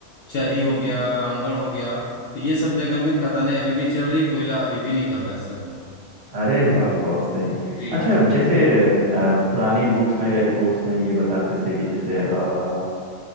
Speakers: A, on the left (about 60°); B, on the right (about 50°).
A: चरी हो गया रामगढ़ हो गया तो ये सब जगह में खदानें अभी भी चल रही कोयला अभी भी निकल रहा है सर
B: अरे वाह बहुत सही
A: जी
B: अच्छा जैसे अ, पुरानी बुक्स में या रिपोर्ट्स में ये बताते थे कि जैसे अ,